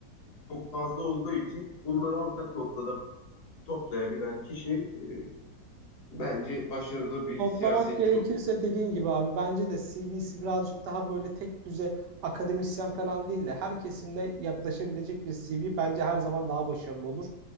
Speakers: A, on the left; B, on the right.
A: çok fazla olduğu için bunları ortak noktada toplayabilen kişi e, bence başarılı bir
B: Toplamak
A: siyasetçi
B: gerekirse
A: olur.
B: dediğin gibi abi bence de CV'si birazcık daha böyle tek düze akademisyen falan değil de her kesimle yaklaşabilecek bir CV bence her zaman daha başarılı olur.